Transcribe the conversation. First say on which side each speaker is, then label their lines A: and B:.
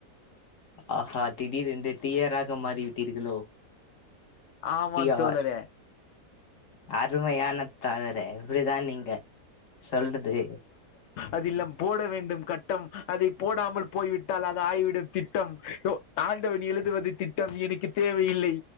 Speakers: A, on the left; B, on the left.
A: ஆஹா திடீரெண்டு டியாராக மாறி விட்டீர்களோ
B: ஆமா
A: தியார்
B: தோழரே
A: அருமையான தோழரே இப்புடிதான் நீங்க சொல்றது
B: அதில்லம் போட வேண்டும் கட்டம் அதை போடாமல் போய்விட்டால் அது ஆயிவிடும் திட்டம் யோ ஆண்டவன் எழுதுவது திட் ட்டம் எனிகித் தேவையில்லை